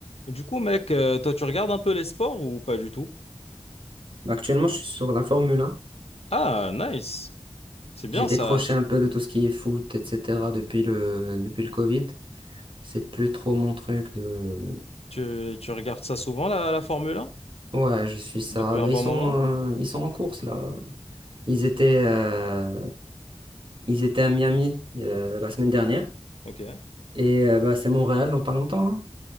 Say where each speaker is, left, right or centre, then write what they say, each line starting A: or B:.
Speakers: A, on the left (about 75°); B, on the right (about 55°).
A: Et du coup, mec, euh, toi, tu regardes un peu les sports ou pas du tout?
B: Actuellement, je suis sur la Formule 1.
A: Ah, nice. C'est bien
B: J'ai décroché
A: ça.
B: un peu de tout ce qui est foot, etc. depuis le, depuis le Covid. C'est plus trop mon truc de...
A: Tu, tu regardes ça souvent, la, la Formule 1?
B: Ouais, je suis ça.
A: Depuis
B: Bah,
A: un
B: ils
A: bon
B: sont,
A: moment?
B: euh, ils sont en course, là. Ils étaient, euh, ils étaient à Miami euh, la semaine dernière.
A: Ok.
B: Et euh, bah, c'est Montréal dans pas longtemps. hein.